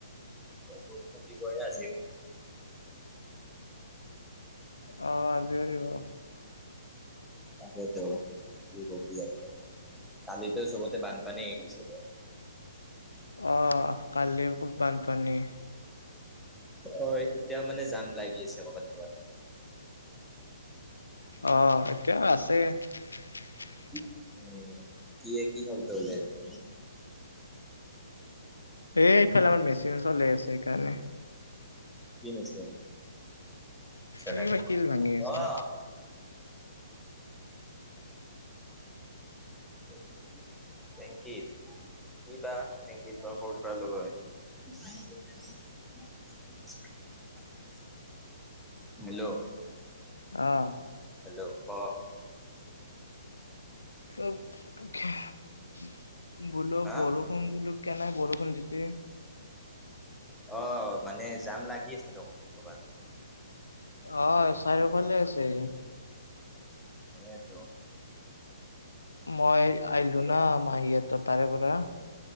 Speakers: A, in the centre; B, on the left (about 85°).
A: বৰষুণ দিবই আজিও।
B: অ, আজিও দিব।
A: তাকে, ত' কি কবি আৰু। কালিটো চবতে বানপানী হৈ গৈছিলে।
B: অ, কালি খুব বানপানী।
A: হয়, এতিয়াও মানে জাম লাগি আছে কৰ'বাত।
B: অ, এতিয়াও আছে। <unintelligible>
A: <unintelligible> উম, কি এ, কি শব্দ উলাইছে?
B: এই এইফালে, আমাৰ মেচিন চলাই আছে, সেইকাৰণে।
A: কি মেচিন?
B: এই
A: <inaudible>
B: কিবা শিল ভাঙি আছে।
A: অ'! <inaudible> টেংকীৰ। কি বা টেংকী পৰা ক'ৰ পৰা লয়। <unintelligible> <inaudible> হেল্ল'?
B: অ'!
A: হেল্ল'! ক'?
B: <unintelligible> বোলোঁ <unintelligible>
A: হা
B: শুম বোলোঁ, কেনে বৰষুণ দিছে।
A: অ'! ! মানে, জাম লাগি আছে দিয়ক, ক'ৰবাত।
B: অ'! চাৰিওফালে আছে।
A: সেয়েতো।
B: মই
A: কি কবি
B: আহিলোঁ না
A: আৰু
B: মাহীহঁতৰ তাৰে পৰা।